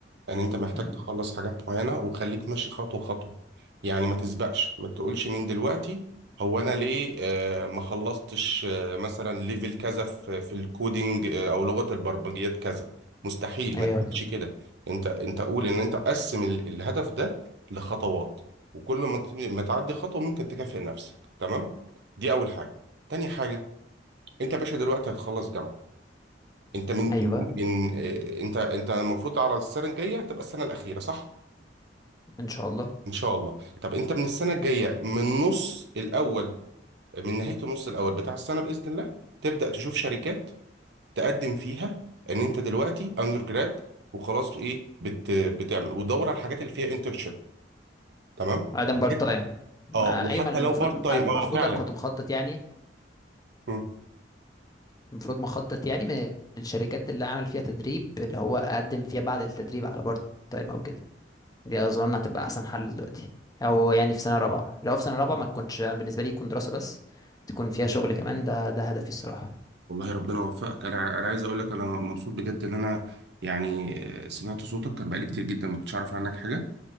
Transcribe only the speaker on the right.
يعني انت محتاج
تخلص حاجات معينة وخليك ماشي خطوة خطوة يعني ما تسبقش ما تقولش من دلوقتي هو انا ليه آه ما خلصتش آه مثلا ليفل كذا في في الكودينج آه او لغة البرمجيات كذا مستحيل
ما تعملش
كده انت انت قول ان انت قسم ال- الهدف ده لخطوات وكل ما ت- ما تعدي خطوة ممكن تكافئ نفسك تمام دي اول حاجة تاني حاجة انت يا باشا دلوقتي هتخلص جامعة انت من
من آه، انت انت المفروض على السنه الجايه هتبقى السنه الاخيره صح
ان شاء الله طب انت من السنه الجايه من النص الاول من نهايه النص الاول بتاع السنه باذن الله تبدا تشوف شركات تقدم فيها ان انت دلوقتي اندر جراد وخلاص ايه بت بتعمل وتدور على الحاجات اللي فيها انترشيب تمام
<laughs> الحاجات-
اه وحتى
لو بارت تايم
اه فعلا
مم.
والله ربنا يوفقك انا انا عايز اقول لك انا مبسوط بجد ان انا يعني سمعت صوتك كان بقالي كتير جدا ما كنتش اعرف عنك حاجه